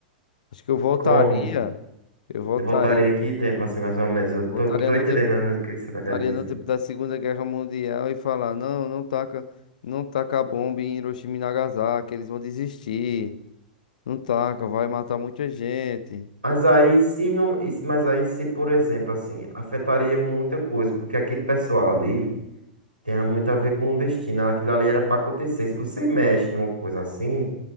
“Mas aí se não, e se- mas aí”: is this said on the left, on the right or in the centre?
Right